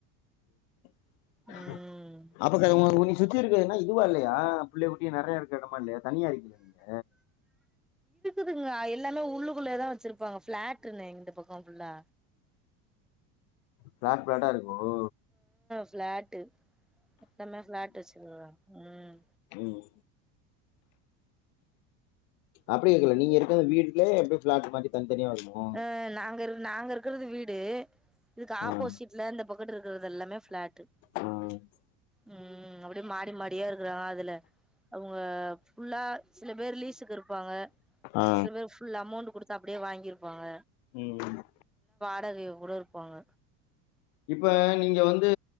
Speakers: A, on the left; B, in the centre.
A: <inaudible> அப்ப <unintelligible>
B: ம்
A: நீ சுத்தி இருக்கிற என்ன இதுவா இல்லையா பிள்ள குட்டி நெறைய இருக்க எடோ <unintelligible> தனியா இருக்கிங்ளா நீங்க
B: ங்க எல்லாமே உள்ளுக்குள்ளேதா வச்சிருப்பாங்க ஃப்ளாட்டுண்ணே இந்த பக்கோ ஃபுல்லா
A: பிளாட் பிளாட்டாருக்கு ஓ
B: ஃப்ளாட்டு த்தமே ஃபிளாட் வெச்சி <inaudible> உம்
A: ம் அப்டி இருக்கல
B: ம்
A: நீங்க இருக்க வீட்லயே அப்டியே ஃபிளாட் மாரி தனித்தனியா வருமோ
B: அ நாங்க இர் நாங்க இருக்கறது வீடு இதுக்கு
A: ஆ
B: ஆப்போசிட்ல இந்த <unintelligible> றது எல்லாமே ஃபிளாட்டு
A: ஆ
B: உம் அப்டே மாடி மாடியா இருக்கறாங்க அதுல அவுங்க ஃபுல்லா சில பேர் லீஸுக்கு இருப்பாங்க
A: ஆ
B: சில பேர் ஃபுல் அமௌண்டு குடுத் அப்டியே வாங்கியிருப்பாங்க
A: உம் ம்
B: <unintelligible> கூட இருப்பாங்க
A: இப்ப நீங்க வந்து